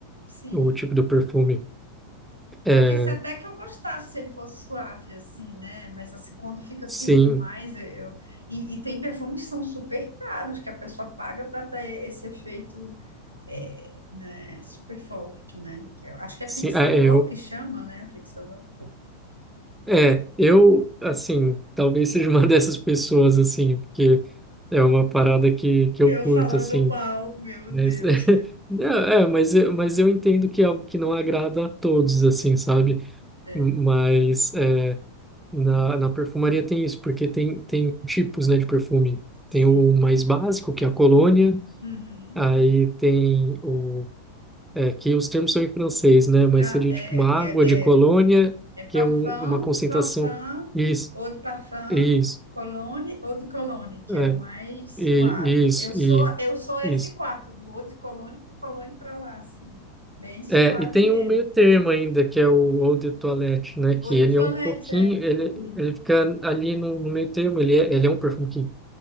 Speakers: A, on the right; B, in the centre.
A: Sim.
B: o tipo do perfume. É,
A: Pode ser até que eu gostasse se ele fosse suave, assim, né? Mas assim, quando fica assim
B: sim,
A: demais, eu... eu- E, e tem perfumes que são super caros, que a pessoa paga para ter esse efeito, é, né, super forte, né? Que eu acho que é
B: sim,
A: fixador
B: é, é, eu,
A: que chama, né? Fixador.
B: é, eu, assim, talvez seja uma <laughs> dessas pessoas, assim, porque é uma parada que, que
A: Eu
B: eu curto,
A: falando
B: assim,
A: mal, meu
B: mas,
A: Deus.
B: <laughs> é, mas, eu- mas eu entendo que é algo que não agrada a todos, assim, sabe?
A: É,
B: Mas, é, Na, na perfumaria tem isso, porque tem, tem tipos, né, de perfume.
A: sim.
B: Tem o mais básico, que é a colônia,
A: Uhum.
B: aí tem o... É, que os termos são em francês, né, mas
A: Ah,
B: seria
A: é,
B: tipo uma água
A: é,
B: de colônia,
A: é. É parfum,
B: que é um- uma concentração.
A: parfum,
B: Isso,
A: eau de parfum,
B: isso,
A: cologne, eau de cologne, que
B: é,
A: é o mais
B: e,
A: suave.
B: isso,
A: Eu sou
B: e,
A: eu sou esse
B: isso.
A: quarto, do eau de cologne pro cologne para lá, assim. Bem suave
B: É, e tem
A: mesmo.
B: um meio termo ainda, que é o eau de toilette, né, que
A: Eau de
B: ele
A: toilette,
B: é um pouquinho,
A: é.
B: ele,
A: Uhum.
B: ele fica ali no, no meio termo, ele é, ele é um perfume que